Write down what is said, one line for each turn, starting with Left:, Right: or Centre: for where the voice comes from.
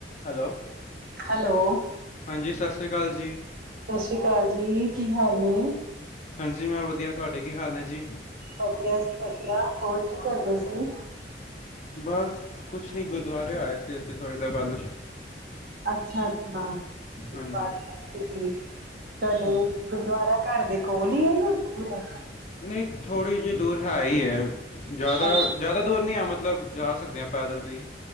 Left: Hello
Right: hello.
Left: ਹਾਂਜੀ ਸਤਿ ਸ੍ਰੀ ਕਾਲ ਜੀ।
Right: ਸਤਿ ਸ਼੍ਰੀ ਅਕਾਲ ਜੀ, ਕੀ ਹਾਲ ਨੇ
Left: ਹਾਂਜੀ ਮੈਂ ਵਧੀਆ ਤੁਹਾਡੇ ਕੀ ਹਾਲ ਨੇ ਜੀ
Right: ਵਧੀਆ ਜੀ, ਵਧੀਆ ਜੀ, ਹੋਰ ਕੀ ਕਰਦੇ ਸੀ?
Left: ਬਸ ਕੁਛ ਨੀ ਗੁਰਦੁਆਰੇ ਆਏ ਸੀ ਥੋੜੇ <unintelligible>
Right: ਅੱਛਾ, ਅੱਛਾ <unintelligible>
Left: ਹਾਂਜੀ
Right: ਤੁਹਾਡੇ
Left: ਹਾਂ
Right: ਗੁਰਦੁਆਰਾ ਘਰ ਦੇ ਕੋਲ ਹੀ ਐ ਜਾਂ ਦੂਰ ਐ
Left: ਨਈ ਥੋੜੀ ਜਿਹੀ ਦੂਰ ਹੈ ਹੀ ਐ ਜਿਆਦਾ-
Right: ਅੱਛਾ,
Left: ਜਿਆਦਾ ਦੂਰ ਨੀਂ ਐ ਮਤਲਬ ਜਾ ਸਕਦੇ ਆ ਪੈਦਲ ਵੀ